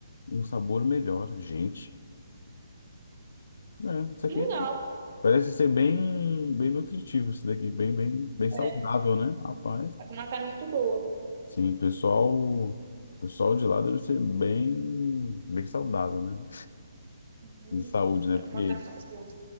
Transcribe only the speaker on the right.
Que
Legal.
É,
tá com uma cara muito boa.
Uhum,
Tá
com uma cara muito boa.